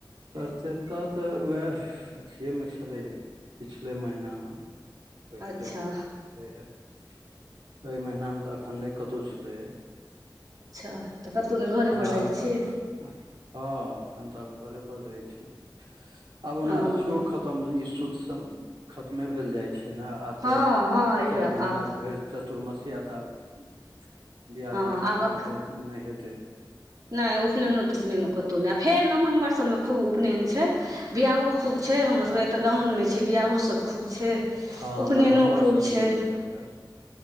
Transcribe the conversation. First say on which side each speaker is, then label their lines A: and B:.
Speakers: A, on the right (about 85°); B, on the right (about 50°).
A: कर्तव्यता तऽ उएह अथएमे छलैया पिछले महिनामे पहिलके
B: अच्छा
A: एहि महिनामे त एखन नहि कतहु छलैए
B: अच्छा तऽ कतौ नहि घरे
A: ओना
B: पर रहैत
A: आब तऽ
B: छी
A: हँ एखन तऽ आब घोरे पर रहै छी आब ओना
B: हँ
A: आछियो खतम रह ई शुद्ध सब खतमे भेल जाइ छै ने आब
B: हँ
A: तऽ
B: हँ
A: तीन
B: ई
A: चार
B: आब
A: महीना
B: आब
A: भरि चतुर्मस्या तऽ आब बिआह
B: हँ
A: दानके
B: आब
A: कोनो नहि हेतै
B: नहि उपनयनो तुपनयनो कतहुँ नहि आ फेर नवम्बर सभमे खूब उपनयन छै बिआहो खूब छै हमरासके एतऽ गामोमे छै बिआहोसभ खूब छै
A: हँ
B: उपनयनो
A: नवम्बरसँ
B: खूब छै
A: शुरू हेतै फेर